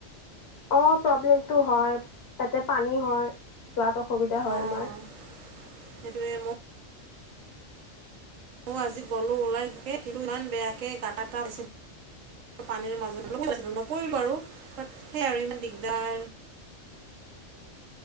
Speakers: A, on the left; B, on the right.
A: অ প্ৰব্লেমটো হয়, তাতে পানী হয় যোৱাত অসুবিধা হয়
B: অঁ
A: আমাৰ।
B: সেইটোৱে ম মই আজি গ'লো ওলাইকে কিন্তু ইমান বেয়াকে গাটা এটা ওলাইছে পানীৰ মাজত নপৰি বাছিলোঁ নপৰিলো আৰু বাট সেইয়া আৰু ইমান দিগদাৰ।